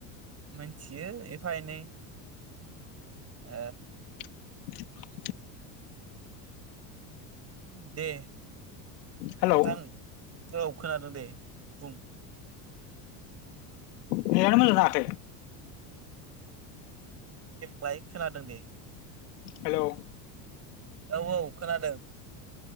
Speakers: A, on the right (about 30°); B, on the left (about 85°).
A: मोनथियो एफा एनै। ओ
B: <inaudible>
A: दे
B: हेलौ
A: नोंथां औ खोनादों दे बुं।
B: नेदानो मोजां नाङाखै।
A: लाय खोनादों दे।
B: हेलौ
A: औ औ खोनादों।